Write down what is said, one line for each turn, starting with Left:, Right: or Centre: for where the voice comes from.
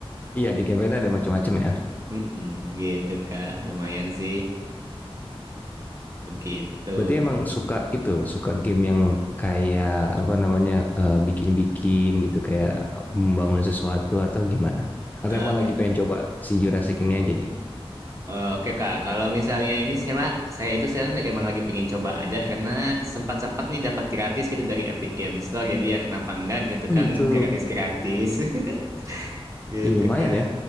Left: Iya, di campaign ada macam-macam ya.
Right: Mm-mm. Gitu Kak. Lumayan sih. Begitu.
Left: Berarti emang suka itu, suka game yang kayak apa namanya eh, bikin-bikin gitu, kayak membangun sesuatu atau gimana?
Right: Oke.
Left: Atau emang lagi pengen coba si Jurassic ini aja nih?
Right: Eh, Oke Kak, kalau misalnya ini saya saya itu sekarang emang lagi pengen coba aja karena sempat-sempat nih dapat gratis gitu dari Epic Games Store jadi ya kenapa enggak gitu
Left: Oh
Right: kan
Left: gitu.
Right: gratis-gratis <laughs> gitu
Left: Ih, lumayan
Right: Kak.
Left: ya.